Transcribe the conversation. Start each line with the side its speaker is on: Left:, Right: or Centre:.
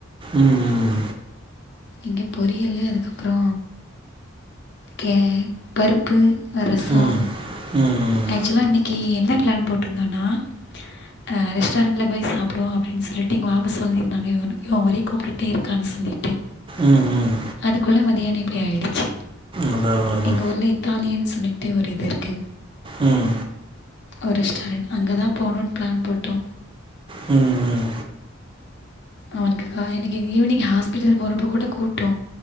Right: ம் ம்
Left: இங்க பொறியல்லு அதுக்கப்றோ கே பருப்பு ரசம்
Right: ம் ம்
Left: ஆக்சுலா இன்னிக் ஏ என்ன பிளான் போட்ருந்தோனா அ ரெஸ்டாரண்ட்ல போய் சாப்டுவோ அப்டின்னு சொல்லிட்டு இங்க வாப்பஸ் வாங்கிருந்தாங்க இவனு இவன் ஒரே கூப்ட்டுட்டே இருக்கான்னு சொல்லிட்டு
Right: ம் ம் ம்
Left: அதுக்குள்ள மதியானோ இப்டி ஆயிடுச்சு
Right: அதா அதா அதா
Left: எங்க ஊர்ல இத்தாலியன்னு சொல்லிட்டு ஒரு இது இருக்கு
Right: ம்
Left: ஒரு ரெஸ்டாரண்ட் அங்கதா போணுனு பிளான் போட்டோ
Right: ம் ம்
Left: அவனுக்கு கா இன்னைக்கு ஈவ்னீங் ஹாஸ்பிட்டல் போறப்போ கூட கூப்ட்டோ